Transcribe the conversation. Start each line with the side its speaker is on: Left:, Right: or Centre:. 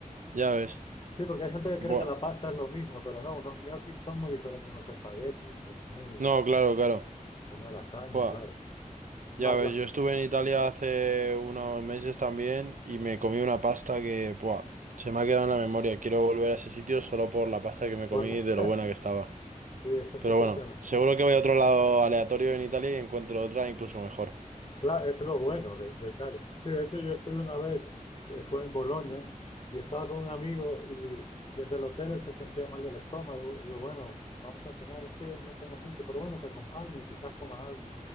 Right: ya ves.
Left: Sí, porque hay gente que cree
Right: Buah.
Left: que la pasta es lo mismo, pero no, unos ñoquis son muy diferentes a unos espaguetis, es muy
Right: No, claro, claro.
Left: una lasaña,
Right: Buah.
Left: claro. Más
Right: Ya ves,
Left: la,
Right: yo estuve en Italia hace unos meses también y me comí una pasta que, buah, se me ha quedado en la memoria. Quiero volver a ese sitio solo por la pasta que me
Left: por
Right: comí
Left: la-
Right: y de lo
Left: <laughs>
Right: buena que estaba.
Left: sí, eso es
Right: Pero
Left: impresionante.
Right: bueno, seguro que voy a otro lado aleatorio en Italia y encuentro otra incluso mejor.
Left: Claro, es lo bueno de, de Italia. Sí, de hecho yo estuve una vez, eh, fue en Bolonia, y estaba con un amigo y desde el hotel él se sentía mal del estómago. Digo, bueno, vamos a cenar, es que no tengo mucho, pero bueno, te acompaño y quizás comas algo.